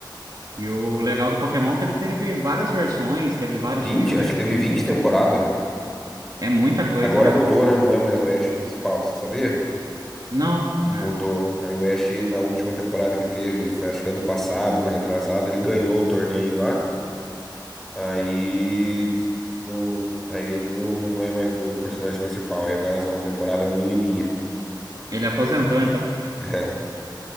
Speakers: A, on the right; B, in the centre.
A: E o legal do Pokémon é que ele teve várias versões, teve vários
B: Vinte,
A: filmes
B: Acho que
A: também.
B: teve 20 temporadas, velho.
A: É muita coisa,
B: Agora
A: né?
B: mudou, né? Não é mais o Ash principal, você sabia?
A: Não, é,
B: Mudou. Aí o Ash, na última temporada que teve, foi acho que ano passado, ano retrasado, ele ganhou o torneio lá. Aí. Não, aí ele não é mais o personagem principal. E agora as novas temporadas é uma menininha. <laughs>
A: ele aposentou, então.
B: É,